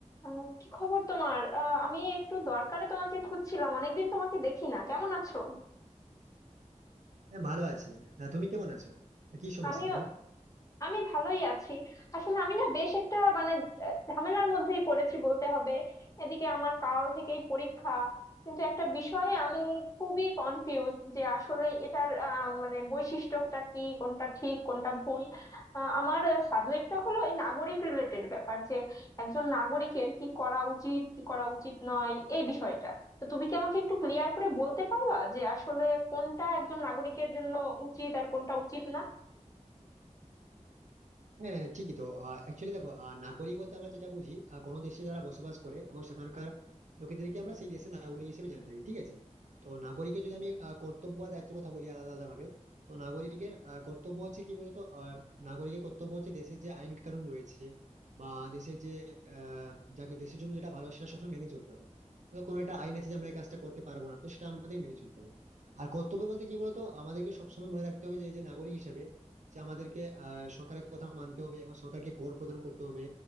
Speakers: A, on the left (about 25°); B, on the right (about 70°).
A: আহ কি খবর তোমার আহ আমি একটু দরকারে তোমাকে খুঁজছিলাম অনেকদিন তোমাকে দেখি না কেমন আছো
B: হ্যাঁ ভালো আছি না তুমি কেমন আছো আর কি সমস্যা
A: আমি
B: তোমার
A: আমি ভালোই আছি আসলে আমি না বেশ একটা মানে আহ, ঝামেলার মধ্যেই পড়েছি বলতে হবে এদিকে আমার কাল থেকেই পরীক্ষা কিন্তু একটা বিষয়ে আমি খুবই কনফিউজ যে আসলে এটার আহ, মানে বৈশিষ্ট্যটা কি কোনটা ঠিক কোনটা ভুল আহ, আমার সাবজেক্টটা হলো এই নাগরিক রিলেটেড ব্যাপার যে একজন নাগরিকের কি করা উচিত কি করা উচিত নয় এই বিষয়টা তো তুমি কি আমাকে একটু ক্লিয়ার করে বলতে পারবা যে আসলে কোনটা একজন নাগরিকের জন্য উচিত আর কোনটা উচিত না
B: হ্যাঁ ঠিকই তো অ্যাকচুয়ালি দেখো আহ, নাগরিক বলতে আমরা যেটা বুঝি আহ, কোনো দেশে যারা বসবাস করে এবং সেখানকার লোকেদেরকে আমরা সেই দেশের নাগরিক হিসেবে জেনে থাকি ঠিক আছে তো নাগরিকের যদি আমি আহ, কর্তব্য আর দায়িত্বের কথা বলি আলাদা আলাদা ভাবে তো নাগরিকের আহ, কর্তব্য হচ্ছে কি বলতো আহ, নাগরিকের কর্তব্য হচ্ছে দেশের যে আইন কানুন রয়েছে বা দেশের যে আহ যাকে দেশের জন্য যেটা ভালো সেটা সবসময় মেনে চলতে হবে তো কোনো একটা আইন আছে যে আমরা এই কাজটা করতে পারবো না তো সেটা আমাদের মেনে চলতে হবে আর কর্তব্য বলতে কি বলতো আমাদেরকে সবসময় মনে রাখতে হবে যে এই যে নাগরিক হিসেবে যে আমাদেরকে আহ সরকারের কথা মানতে হবে এবং সরকারকে কর প্রদান করতে হবে